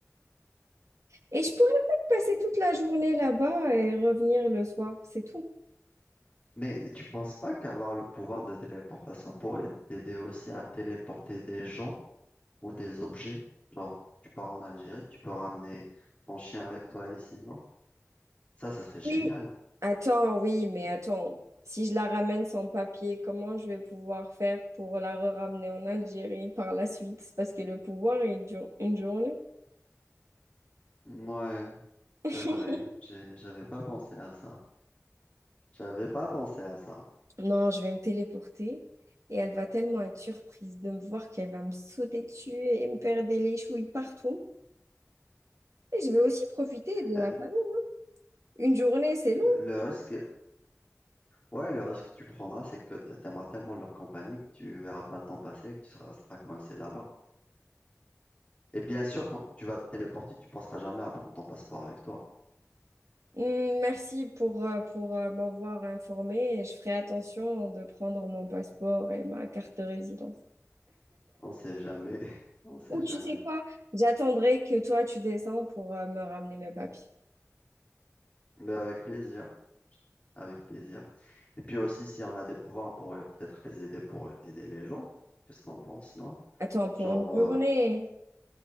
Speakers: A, on the right (about 70°); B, on the left (about 25°).
A: Et je pourrais peut-être passer toute la journée là-bas et revenir le soir, c'est tout.
B: Mais tu penses pas qu'avoir le pouvoir de téléportation pourrait t'aider aussi à téléporter des gens ou des objets? Genre, tu pars en Algérie, tu peux ramener ton chien avec toi ici, non? Ça, ça serait génial.
A: Oui. Attends, oui, mais attends, si je la ramène sans papier, comment je vais pouvoir faire pour la re-ramener en Algérie par la suite? Parce que le pouvoir, il dure une journée.
B: Ouais,
A: <laughs>
B: c'est vrai. J'ai- J'avais pas pensé à ça. J'avais pas pensé à ça.
A: Non, je vais me téléporter et elle va tellement être surprise de me voir qu'elle va me sauter dessus et me faire des léchouilles partout. Et je vais aussi profiter de
B: Euh,
A: la famille. Une journée, c'est long.
B: Le risque, ouais, le risque que tu prendras, c'est que t'aimeras tellement leur compagnie que tu verras pas le temps passer et que tu seras seras coincé là-bas. Et bien sûr, quand tu vas te téléporter, tu penseras jamais à prendre ton passeport avec toi.
A: Hum, Merci pour, euh, pour euh, m'avoir informée et je ferai attention de prendre mon passeport et ma carte de résidence.
B: On sait jamais. <laughs> On sait
A: Ou
B: jamais.
A: tu sais quoi? J'attendrai que toi tu descends pour euh, me ramener mes papiers.
B: Mais avec plaisir. Avec plaisir. Et puis aussi, si on a des pouvoirs, on pourrait peut-être les aider pour aider les gens. Qu'est-ce que t'en penses, non?
A: Attends, pour
B: Genre,
A: une journée,
B: euh,